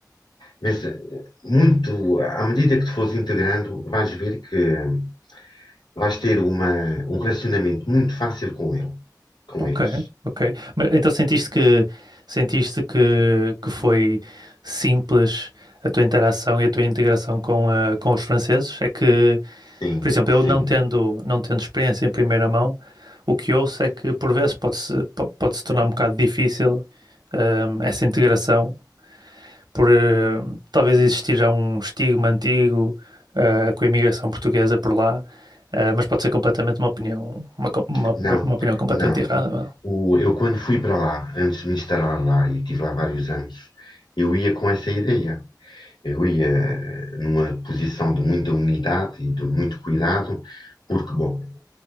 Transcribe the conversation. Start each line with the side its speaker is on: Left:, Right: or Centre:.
Left: Mas eh, muito, à medida que te fores integrando, vais ver que eh, vais ter uma, um relacionamento muito fácil com ele, com
Right: Ok,
Left: eles.
Right: ok. Mas então sentiste que sentiste que, que foi simples a tua interação e a tua integração com, eh, com os franceses? É que,
Left: Sim,
Right: por exemplo, eu
Left: sim.
Right: não tendo não tendo experiência em primeira mão, o que ouço é que por vezes pode-se po- pode-se tornar um bocado difícil, ehm, essa integração por eh, talvez existir já um estigma antigo, eh, com a imigração portuguesa por lá, eh, mas pode ser completamente uma opinião uma, co- uma,
Left: Não,
Right: uma opinião completamente
Left: não.
Right: errada. vá.
Left: O, eu quando fui para lá, antes de me instalar lá, e tive lá vários anos, eu ia com essa ideia. Eu ia eh, numa posição de muita humildade e de muito cuidado, porque, bom,